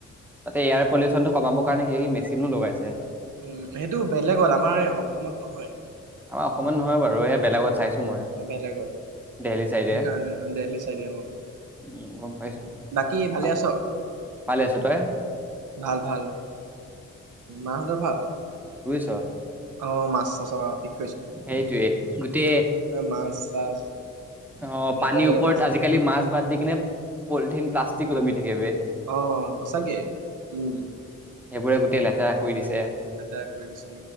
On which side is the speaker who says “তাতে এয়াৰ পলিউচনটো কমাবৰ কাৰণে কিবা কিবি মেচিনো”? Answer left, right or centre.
Centre